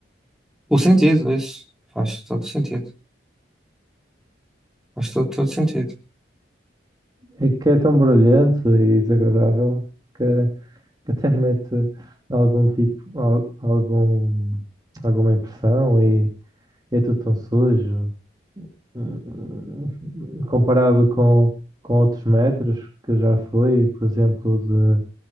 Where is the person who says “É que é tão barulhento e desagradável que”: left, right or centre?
Right